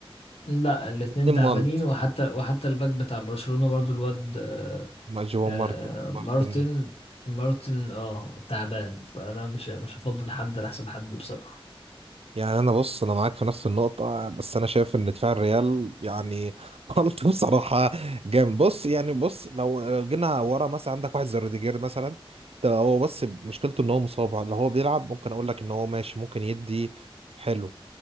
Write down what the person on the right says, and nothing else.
الاتنين
مالت
ما جوا
مارتن مارتن
ده
يعني انا بص انا معاك في نفس النقطة بس انا شايف ان دفاع الريال يعني <laughs> مالت بصراحة جامد بص يعني بص لو لو جينا ورا مثلا عندك واحد زي روديجير مثلا ده هو بس مشكلته ان هو مصاب لو هو بيلعب ممكن اقول لك ان هو ماشي ممكن يدي حلو